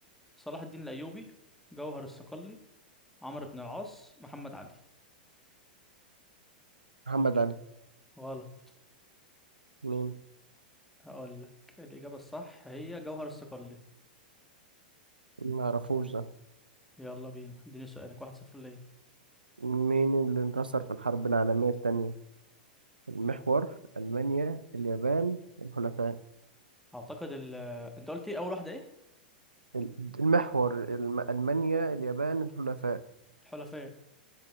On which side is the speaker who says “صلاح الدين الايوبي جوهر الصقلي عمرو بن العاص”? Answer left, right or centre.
Centre